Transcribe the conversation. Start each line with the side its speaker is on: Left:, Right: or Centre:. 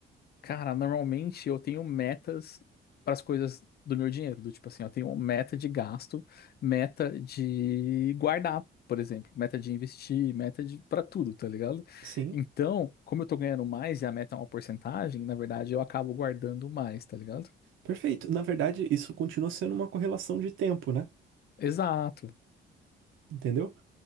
Left: Cara, normalmente eu tenho metas para as coisas do meu dinheiro, do tipo assim, eu tenho uma meta de gasto, meta de guardar, por exemplo, meta de investir, meta de para tudo, tá ligado?
Right: sim.
Left: Então, como eu tô ganhando mais e a meta é uma porcentagem, na verdade eu acabo guardando mais, tá ligado?
Right: Perfeito. Na verdade, isso continua sendo uma correlação de tempo, né?
Left: Exato.
Right: Entendeu?